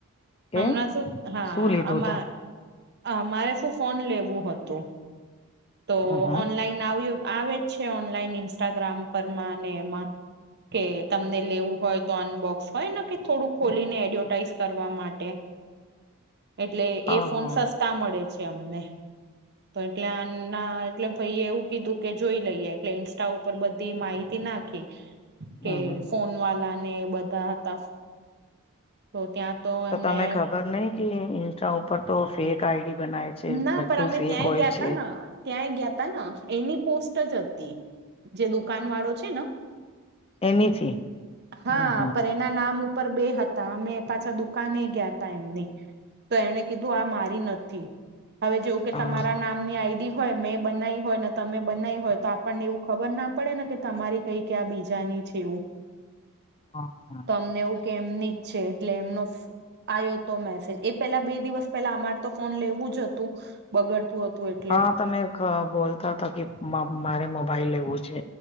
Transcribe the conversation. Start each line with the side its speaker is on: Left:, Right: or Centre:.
Right: હમણાં
Left: કેમ
Right: શું હા
Left: શું લીધું
Right: અ મા
Left: હતું
Right: અમારે શું ફોન લેવું હતું. તો
Left: અહા
Right: ઓનલાઈન આવ્યું આવે જ છે ઓનલાઈન ઇન્સ્ટાગ્રામ પરમાં ને એમાં. કે તમને લેવું હોય તો અનબોક્સ હોય ને કે થોડું ખોલીને એડવર્ટાઈઝ કરવા માટે. એટલે એ
Left: અહા
Right: ફોન સસ્તા મળે છે અમને તો એટલે આન ના એટલે ભાઈ એ એવુ કીધું કે જોઈ લઈએ એટલે ઇન્સ્ટા ઉપર બધી માહિતી નાખી. કે
Left: અહા
Right: ફોન વાલા ને બધા હતા. તો ત્યાં તો એમને
Left: તમે ખબર નઈ કે ઇન્સ્ટા ઉપર તો ફેક આઈડી બનાય. છે
Right: ના
Left: બધું
Right: પણ અમે
Left: ફેક
Right: ત્યાંય
Left: હોય
Right: ગયા
Left: છે
Right: તા ન. ત્યાં ગયા હતા ને એની પોસ્ટ જ હતી જે દુકાનવાળો છે ન.
Left: એનીથી
Right: હા
Left: હમ
Right: પણ એના નામ ઉપર બે હતા અમે પાછા દુકાને ગયા તા એમની. તો એણે કીધું આ મારી નથી. હવે જેવું કે
Left: હા
Right: તમારા નામની આઈડી હોય મેં બનાઈ હોય ને તમે બનાઈ હોય તો આપણને એવું ખબર ના પડે ને કે તમારી કઈ ક આ બીજાની છે એવું.
Left: હા હા.
Right: તમને એવું કે એમની જ છે એટલે એમનો આવ્યો તો મેસેજ એ પેલા બે દિવસ પેલા અમારે તો ફોન લેવું જ જતું બગડતું હતું એટલે.
Left: હા તમે ગ બોલતા હતા કે મારે મોબાઈલ લેવું છે.